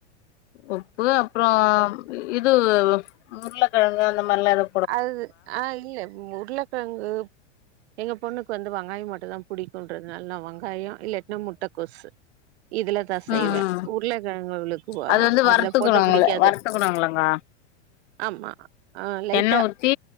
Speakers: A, on the left; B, on the right.
A: உப்பு அப்றோ இது உருளக்கெழங்கு அந்த மாரிலா எது
B: அது ஆ இல்ல உருளக்கெழங்கு எங்க பொண்ணுக்கு வந்து வெங்காய மட்டுந்தா புடிக்குன்றதுனால நா வெங்காயோ இல்லாட்டுனா முட்டகோசு இதுலதா செய்வே
A: ம் ம்
B: உருளக்கெழங்கு அவளுக்கு
A: அது வந்து வறுத்துக்கணுங்கள
B: அதுல போட்ட புடிக்காது
A: வறுத்துக்கணுங்களங்க
B: ஆமா ஆ லைட்
A: எண்ணெ ஊத்தி